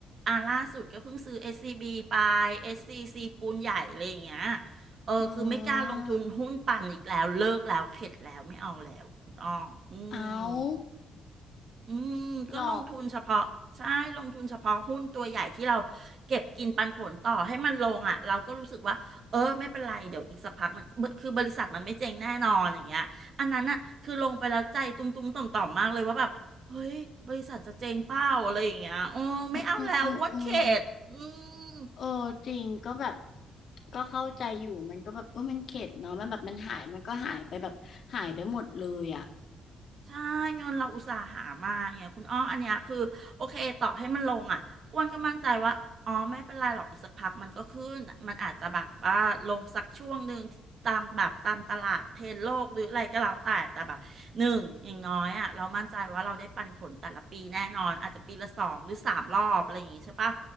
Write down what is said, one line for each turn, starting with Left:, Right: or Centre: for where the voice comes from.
Right: อ่าล่าสุดก็เพิ่งซื้อเอสซีบีไปเอสซีซีปูนใหญ่อะไรอย่างเงี้ยเออคือไม่กล้าลงทุนหุ้นปั่นอีกแล้วเลิกแล้วเข็ดแล้วไม่เอาแล้วคุณอ้ออืม
Left: อืมเอา
Right: อืมก็ลงทุนเฉพาะใช่ลงทุนเฉพาะหุ้นตัวใหญ่ที่เรา
Left: หรอ
Right: เก็บกินปันผลต่อให้มันลงอ่ะเราก็รู้สึกว่าเออไม่เป็นไรเดี๋ยวอีกสักพักมันคือบริษัทมันไม่เจ๊งแน่นอนอย่างเงี้ยอันนั้นน่ะคือลงไปแล้วใจตุ้มตุ้มต่อมต่อมๆมากเลยว่าแบบเฮ้ยบริษัทจะเจ๊งเปล่าอะไรอย่างเงี้ยโอ้ไม่เอาแล้วอ้วนเข็ดอื
Left: อืมอืมอืมอืม
Right: ม
Left: เออจริงก็แบบก็เข้าใจอยู่มันก็แบบเออมันเข็ดเนาะมันแบบมันหายมันก็หายไปแบบหายไปหมดเลยอ่ะ
Right: ใช่เงินเราอุตส่าห์หามาเนี่ยคุณอ้ออันเนี้ยคือโอเคต่อให้มันลงอ่ะอ้วนก็มั่นใจว่าอ๋อไม่เป็นไรหรอกอีกสักพักมันก็ขึ้นมันอาจจะแบบว่าลงสักช่วงหนึ่งตามแบบตามตลาดเทรนด์โลกหรืออะไรก็แล้วแต่แต่แบบหนึ่งอย่างน้อยอ่ะเรามั่นใจว่าเราได้ปันผลแต่ละปีแน่นอนอาจจะปีละสองหรือสามรอบอะไรอย่างงี้ใช่ปะ